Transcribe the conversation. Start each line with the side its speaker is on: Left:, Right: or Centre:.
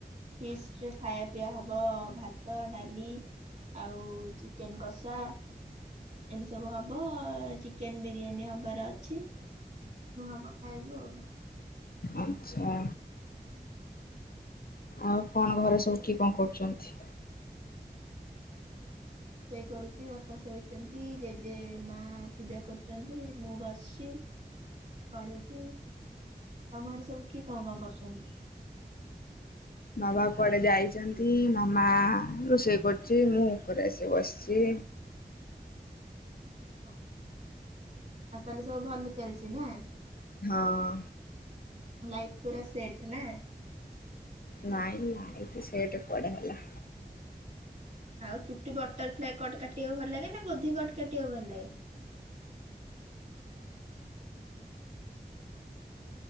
Right: ଫିଷ୍ଟି ରେ ଖାଇବା ପିଇବା ହବ ଭାତ ଡାଲି ଆଉ ଚିକେନ କଷା। ଏମିତି ସବୁ ହବ ଚିକେନ ବିରିୟାନୀ ହବାର ଅଛି। ହବ ଖାଇବୁ ଆଉ।
Left: ଆଚ୍ଛା। ଆଉ କଣ ଘରେ ସବୁ କିଏ କଣ କରୁଛନ୍ତି?
Right: ଘରେ ରୋଷେଇ କରୁଛି ବାପା ଶୋଇଛନ୍ତି ଯେଜେ ମା ପୂଜା କରୁଛନ୍ତି ମୁଁ ବସି ତି ପଢୁଛି ତମର ସବୁ କିଏ କଣ କଣ କରୁଚନ୍ତି?
Left: ବାବା କୁଆଡେ ଯାଇଛନ୍ତି ମାମା ରୋଷେଇ କରୁଛି ମୁଁ ଉପରେ ଆସି ବସିଚି।
Right: ଓହୋ ଆଉ ତାହେଲେ ସବୁ ଭଲ ଚାଲିଚି ନା।
Left: ହଁ।
Right: ଲାଇଫ୍ ପୁରା ସେଟ୍ ନା?
Left: ନାଇଁ ନାଇଁ ସେ ସେଟ୍ କୁଆଡେ ଗଲା।
Right: ଆଉ ଚୁଟି ବଟରଫ୍ଲାଏ କଟ କାଟିବାକୁ ଭଲ ଲାଗେ ନା ଗୋଧି କଟ କାଟିବାକୁ ଭଲ ଲାଗେ?